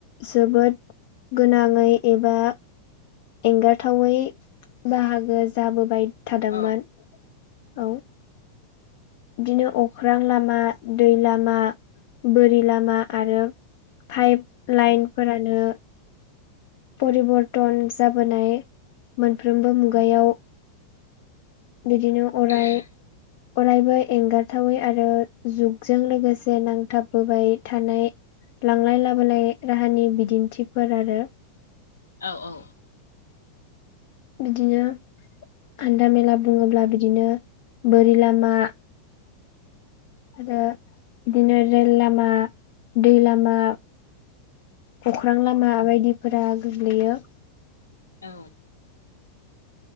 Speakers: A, on the left; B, on the left.
A: जोबोद गोनाङै एबा एंगारथावै बाहागो जाबोबाय थादोंमोन
B: औ
A: औ। बिदिनो अख्रां लामा दै लामा बोरि लामा आरो पाइप लाइनफोरानो
B: औ
A: परिबर्तन जाबोनाय मोनफ्रोमबो मुगायाव
B: औ
A: बिदिनो
B: <inaudible>
A: अराय अरायबो एंगारथावै आरो जुगजों लोगोसे नांथाबबोबाय थानाय लांलाय लाबोलाय राहानि बिदिन्थिफोर आरो
B: औ औ।
A: बिदिनो हान्था मेला बुङोब्ला बिदिनो बोरि लामा आरो बिदिनो रेल लामा दै लामा अख्रां लामा बायदिफोरा गोग्लैयो।
B: औ।